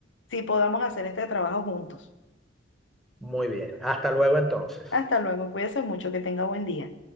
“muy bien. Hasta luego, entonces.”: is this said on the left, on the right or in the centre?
Centre